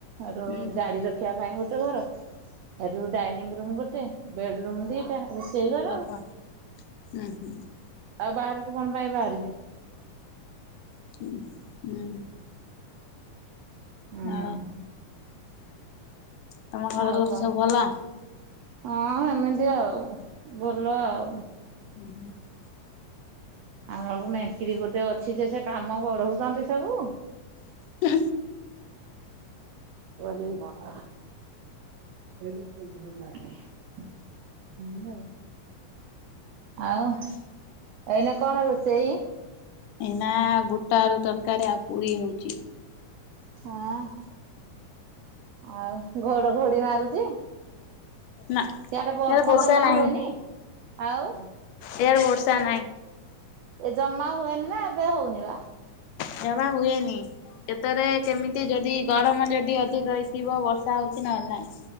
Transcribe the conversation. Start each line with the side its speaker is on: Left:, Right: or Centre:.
Right: ଆରୁ
Left: ହୁଁ
Right: ଗାଡ଼ି ରଖିବା ପାଇଁ ଗୋଟେ ଘର। ଏ ରୁ ଡାଇନିଂ ରୁମ୍ ଗୋଟେ, ବେଡ ରୁମ୍ ଦିଟା। ରୋଷେଇ ଘର
Left: ଓହୋ ଉଁ ହୁଁ।
Right: ଆଉ ବାହାରକୁ କଣ ପାଇଁ ବାହାରିବି।
Left: ହୁ ହୁଁ।
Right: ହୁଁ
Left: ଆଉ ତମ ଘର
Right: ଆଉ
Left: ଲୋକ
Right: କଣ
Left: ସବୁ ଭଲ
Right: ହଁ ଏମିତି ଆଉ ଭଲ ଆଉ।
Left: ହୁଁ।
Right: ଆମ ମେଙ୍କିରି ଗୋଟେ ଅଛି ଯେ ସେ କାମ ବଢୋଉଚନ୍ତି ସବୁ।
Left: ହ
Right: କରିବି କଣ ଆ ଏ ହୁଁ ଆଉ ଆଉ ଏଇନା କଣ ରୋଷେଇ
Left: ଏଇନା ବୁଟା ଆରୁ ତରକାରୀ ଆଉ ପୁରୀ ହୋଉଚି।
Right: ହଁ ଆଉ ଘଡଘଡି ମାରୁଚି।
Left: ନା।
Right: ସିଆଡେ ବର୍ଷା
Left: ଇଆଡ଼େ
Right: ଜମା
Left: ନାହିଁ
Right: ହୁଏନି ଆଉ।
Left: ଇଆଡ଼େ ବର୍ଷା ନାହିଁ
Right: ଏ ଜମା ହୁଏନି ନା ଏବେ ହଉନି ବା।
Left: ଜମା ହୁଏନି। କେତରେ କେମିତି ଯଦି ଗରମ ଯଦି ଅଧିକ ହେଇଥିବ ବର୍ଷା ହୋଉଚି ନହେଲେ ନାଇଁ।